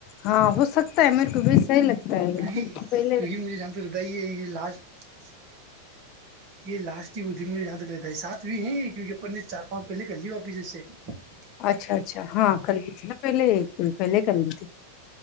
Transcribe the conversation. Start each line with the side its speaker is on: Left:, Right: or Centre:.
Left: ہاں ہو سکتا ہے میرے کو بھی صحیح لگتا ہے <unintelligible>
Right: کیکہ
Left: پہلے
Right: کیونکہ مجھے جانتے رہتا ہے یہ لاس <unintelligible> اچھا <unintelligible> یہ لاسٹ <unintelligible> م جاں تک رہتا ہے سات بھی ہے کیک اپن نے چار پانچ پہلے کر لی واپس اس سے <unintelligible>
Left: اچھا اچھا ہاں کر لی تھی نا پہلے ایک تو پہلے کر لی تھی <unintelligible>